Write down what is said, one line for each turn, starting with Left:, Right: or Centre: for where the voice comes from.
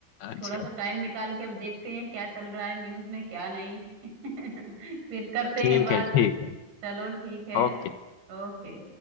Left: अच्छा
Right: थोड़ा सा टाइम निकाल के अब देखते हैं क्या चल रहा है न्यूज में क्या नहीं <laughs> फिर करते
Left: ठीक
Right: हैं बात
Left: है ठीक है
Right: चलो ठीक है
Left: ओके
Right: ओके